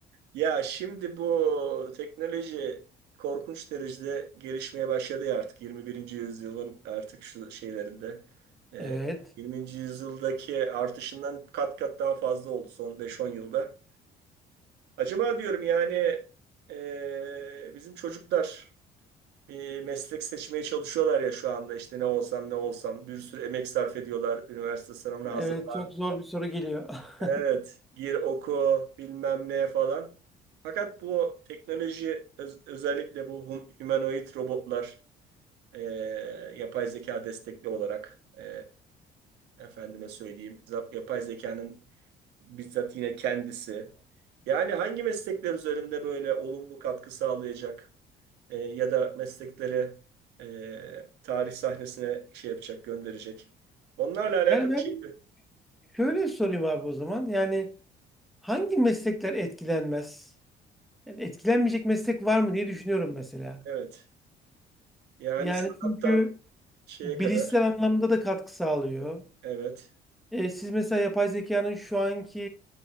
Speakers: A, on the right (about 80°); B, in the centre.
A: Ya şimdi bu teknoloji korkunç derecede gelişmeye başladı ya artık 21. yüzyılın artık şu şeylerinde. Ee,
B: Evet.
A: 20. yüzyıldaki artışından kat kat daha fazla oldu son beş on yılda. Acaba diyorum yani e, bizim çocuklar bir meslek seçmeye çalışıyorlar ya şu anda işte ne olsam ne olsam bir sürü emek sarf ediyorlar üniversite sınavına
B: Evet
A: hazırlan.
B: çok zor bir soru geliyor. <laughs>
A: Evet gir oku bilmem ne falan. Fakat bu teknoloji öz- özellikle bu hum- humanoid robotlar e, yapay zeka destekli olarak e, efendime söyleyeyim za- yapay zekanın bizzat yine kendisi. Yani hangi meslekler üzerinde böyle olumlu katkı sağlayacak e, ya da meslekleri e, tarih sahnesine şey yapacak, gönderecek. Onlarla alakalı
B: Yani ben
A: şey.
B: şöyle sorayım abi o zaman. Yani hangi meslekler etkilenmez? Yani etkilenmeyecek meslek var mı diye düşünüyorum mesela.
A: Evet. Yani
B: Yani
A: sanattan
B: çünkü
A: şeye
B: bilişsel
A: kadar.
B: anlamda da katkı sağlıyor.
A: Evet.
B: E, siz mesela yapay zekanın şu anki